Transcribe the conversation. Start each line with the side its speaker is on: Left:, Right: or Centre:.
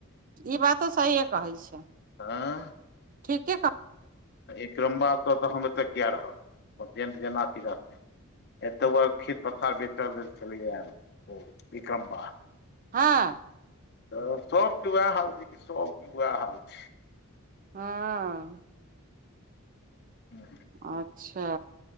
Right: ई बातो सहिए कहै छै
Left: आँ
Right: ठीके कह
Left: इरम्बा ए तऽ हम एतऽ किए रहब परजेट जेना र <unintelligible> एत बा खेत पथार बेचल लेल छलैया ओ विकम्बा
Right: हँ
Left: त सबके उएह हाल छै कि सबके उएह हाल छै
Right: हँ
Left: ह
Right: अच्छा